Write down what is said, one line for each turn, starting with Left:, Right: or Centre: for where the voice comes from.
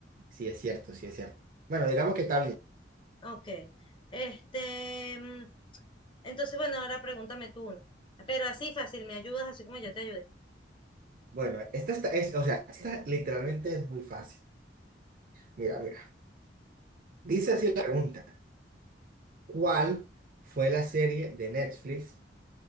Right: Sí, es cierto, sí, es cierto. Bueno, digamos que está bien.
Left: Ok. Este, mm, entonces, bueno, ahora pregúntame tú uno. Pero así fácil, me ayudas así como yo te ayudé.
Right: Bueno, esta está, es, o sea, esta literalmente es muy fácil. Mira, mira. Dice así la pregunta. ¿Cuál fue la serie de Netflix